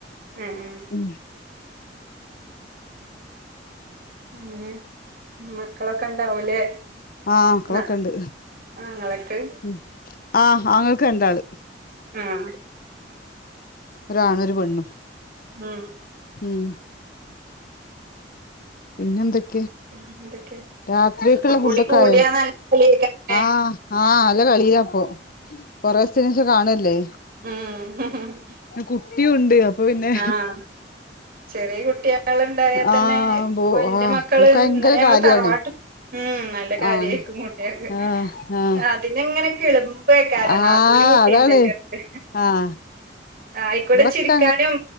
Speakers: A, on the right; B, on the left.
A: ഉം ഉം
B: ഉ
A: പിന്നെ മക്കളൊക്കെ ഉണ്ടാവൂലേ
B: ആഹ കളക്കണ്ട്
A: ന ആങ്ങളക്ക്
B: ഉ ആഹ് ആങ്ങൾക്ക് രാണ്ടാള്
A: ആഹ
B: ഒരാണ് ഒരു പെണ്ണു
A: ആഹ
B: ഉം പിന്നെ എന്തൊക്കെയ
A: ഉ എന്തൊക്കെ
B: രാത്രിയൊക്കുള്ള
A: ഒക്കെ കൂടി
B: ഫുഡൊക്കെ
A: കൂടിയാ
B: ആയോ
A: നല്ല കളിയേക്കാരല്ലേ
B: ആഹ ആഹ അല്ല കളിയാപ്പോ കൊറേദിവസത്തിന് ശേഷം കാണല്ലേ
A: ഉം
B: കുട്ടിയുണ്ട് പിന്നെ
A: ആഹ് ചെറിയ കുട്ടിയാളുണ്ടായാ
B: ആ
A: തന്നെ
B: ആ
A: ഇപ്പൊ
B: ഓ
A: ഇന്റെ
B: ആഹ
A: മക്കള്
B: എനക്ക് ഭയങ്കര
A: ഇന്നലെ ഞങ്ങൾ
B: കാര്യാണ്
A: തറവാട്ട് ഉം നല്ല കാര്യായിരിക്കും
B: ആ
A: കുട്ടിയൊക്കെ
B: ആ ആ
A: അതിന എങ്ങനെ കേളു ഇപ്പൊക്കാര
B: ആഹ്
A: നാത്തൂനും കുട്ടിയണ്ട്
B: അതാണ്
A: ചെറുത്
B: ആഹ്
A: ആ ആയിക്കൂടെ
B: ഇവിടൊക്കെ
A: ചിരിക്കാനും